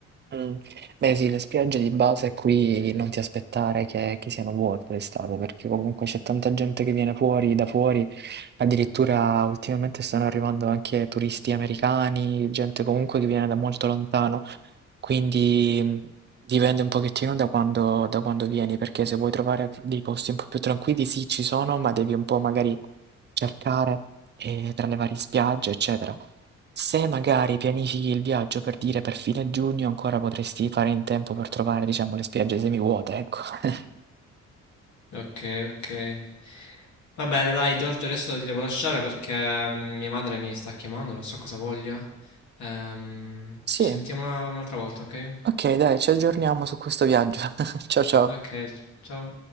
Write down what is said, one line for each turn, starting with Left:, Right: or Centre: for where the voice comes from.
Right: Mm. Beh sì, le spiagge di base qui non ti aspettare che, che siano vuote d'estate, perché comunque c'è tanta gente che viene fuori, da fuori, addirittura ultimamente stanno arrivando anche turisti americani, gente comunque che viene da molto lontano, Quindi mh, dipende un pochettino da quando, da quando vieni, perché se vuoi trovare dei posti un po' più tranquilli, sì, ci sono, ma devi un po' magari cercare eh, tra le varie spiagge, eccetera. Se magari pianifichi il viaggio per dire per fine giugno, ancora potresti fare in tempo per trovare, diciamo, le spiagge semivuote, ecco. <laughs>
Left: Ok, ok. Va bene, dai Giorgio, adesso ti devo lasciare perché mm, mia madre mi sta chiamando, non so cosa voglia. Ehm,
Right: Sì,
Left: ci sentiamo una- un'altra volta, ok?
Right: ok, dai, ci aggiorniamo su questo viaggio. <laughs> Ciao ciao.
Left: Ok, ciao.